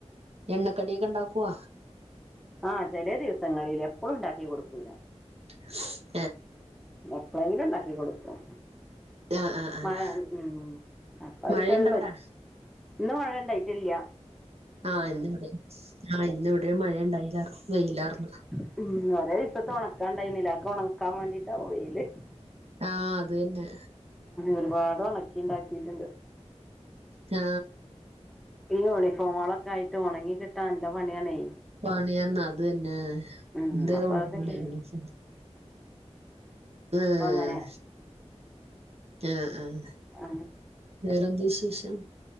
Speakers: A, on the right; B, in the centre.
A: എണ്ണക്കടിയൊക്കെ ഉണ്ടാക്കുവോ
B: ആഹ് ചേലെ ദിവസങ്ങളിൽ എപ്പളും ണ്ടാക്കി കൊടുക്കൂല
A: <inaudible>
B: എപ്പോളെങ്കിലും ണ്ടാക്കും കികൊടുക്കും
A: ആഹ് ആഹ് ആഹ്
B: മഴ ഉം അപ്പ അവരിക്കത്
A: മഴയുണ്ടോ
B: പ
A: അവിടെ
B: ഇന്ന് മഴ ണ്ടായിട്ടില്ല
A: ആ ഇന്ന് ഇവിടെ ആ ഇന്ന് ഇവിടെ ഒരു മഴ ഉണ്ടായില്ല ആർന്ന് വെയിലാർന്നു
B: <unintelligible> <unintelligible>
A: ആ അത് തന്നെ
B: ഒരുപാട് ഒണക്കി ണ്ടക്കിട്ടുണ്ട്
A: ആ
B: ഈ യൂണിഫോമുകളൊക്കെ ആയിട്ട് ഉണങ്ങി കിട്ടാൻ നല്ല പണിയാണേ
A: പണിയന്ന അത് തന്നെ
B: ഉം
A: <unintelligible>
B: അപ്പൊ അതൊക്കെ ചെയ്-
A: ആഹ്
B: അപ്പൊ അങ്ങനെ
A: ആഹ് ആഹ്
B: <unintelligible> <unintelligible>
A: വേറെന്താ വിശേഷം